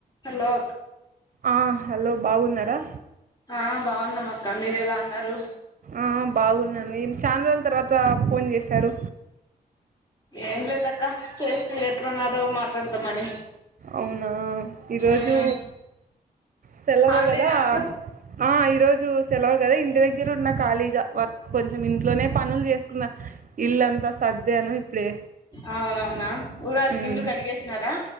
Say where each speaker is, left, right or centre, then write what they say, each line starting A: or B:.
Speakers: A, on the left; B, on the right.
A: Hello
B: ఆ hello బాగున్నారా
A: ఆ బాగున్నాం అక్క మీరు ఎలా ఉన్నారు
B: ఆ బాగుందండి చానా రోజుల తర్వాత ఫోన్ చేశారు
A: ఏం లేదక్క చేస్తి ఎట్లున్నారో మాట్లాడదామని
B: అవునా ఈరోజు
A: మ్మ్
B: సెలవ
A: హాలిడేనా
B: కదా
A: అక్క
B: ఆ ఈ రోజు సెలవు కదా ఇంటి దగ్గర ఉన్న ఖాళీగా వర్క్ కొంచెం ఇంట్లోనే పనులు చేసుకున్న ఇల్లంతా సర్దాను ఇప్పుడే
A: అవునవునా ఉగాదికి
B: ఉమ్
A: ఇండ్లు కడిగేసినారా?